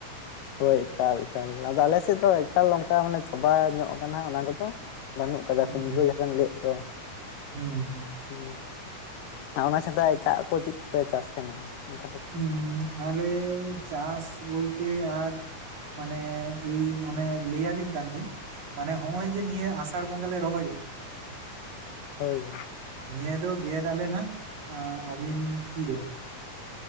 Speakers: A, on the left; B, on the right.
A: ᱦᱳᱭ ᱮᱠᱟᱞ ᱮᱠᱟᱞ ᱟᱫᱚ ᱟᱞᱮ ᱥᱮᱫ ᱫᱚ ᱮᱠᱟᱞ ᱱᱚᱝᱠᱟ ᱪᱟᱵᱟ ᱧᱚᱜ ᱠᱟᱱᱟ ᱚᱱᱟ ᱠᱚᱫᱚ ᱵᱟᱹᱱᱩᱜ ᱟᱠᱟᱫᱟ
B: ᱦᱩᱸ
A: ᱠᱩᱢᱵᱽᱲᱟᱹ ᱡᱚᱵᱮᱱ ᱞᱟᱹᱭ ᱫᱚ
B: ᱦᱩᱸ ᱦᱩᱸ
A: ᱦᱩ ᱚᱱᱟ ᱪᱷᱟᱰᱟ ᱮᱴᱟᱜ ᱠᱚ ᱪᱮᱫ ᱠᱚᱯᱮ ᱪᱟᱥ ᱛᱟᱦᱮᱱᱟ ᱚᱱᱠᱟ ᱞᱮᱠᱟ
B: ᱦᱩᱸ ᱟᱞᱮ ᱪᱟᱥ ᱵᱚᱞᱛᱮ ᱟᱨ ᱢᱟᱱᱮ ᱤ ᱚᱱᱮ ᱞᱟᱹᱭᱭᱟᱵᱤᱱ ᱠᱟᱱ ᱫᱚᱧ ᱢᱟᱱᱮ ᱦᱚᱜ ᱚᱚᱭ ᱡᱮ ᱱᱤᱭᱟᱹ ᱟᱥᱟᱲ ᱵᱚᱸᱜᱟ ᱞᱮ ᱨᱚᱦᱚᱭ
A: ᱦᱳᱭ ᱦᱳᱭ
B: ᱱᱤᱭᱟᱹ ᱫᱚ ᱜᱮᱫ ᱟᱞᱮ ᱱᱟᱱᱟᱜ ᱟᱵᱤᱱ ᱛᱤᱨᱮ